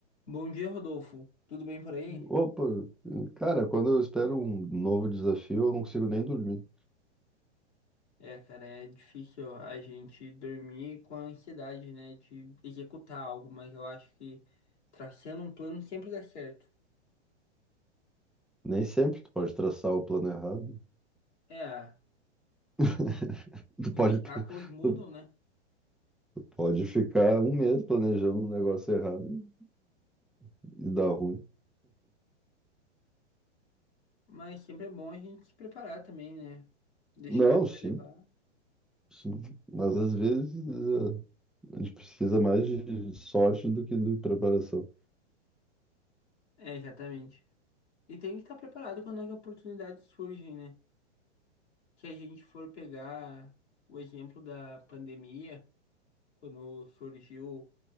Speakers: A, on the left; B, in the centre.
A: Bom dia, Rodolfo. Tudo bem por aí?
B: Opa, cara, quando eu espero um novo desafio, eu não consigo nem dormir.
A: É, cara, é difícil a gente dormir com a ansiedade, né, de executar algo, mas eu acho que traçando um plano sempre dá certo.
B: Nem sempre tu pode traçar o plano errado.
A: É,
B: <laughs> Tu
A: os
B: pode,
A: obstáculos mudam,
B: tu
A: né?
B: pode ficar um mês planejando um negócio errado e dar ruim.
A: Mas sempre é bom a gente se preparar também, né? Deixar
B: Não,
A: a vida
B: sim,
A: levar.
B: sim. Mas às vezes eh, a gente precisa mais de sorte do que de preparação.
A: É, exatamente. E tem que estar preparado quando as oportunidades surgem, né? Se a gente for pegar o exemplo da pandemia. Quando surgiu o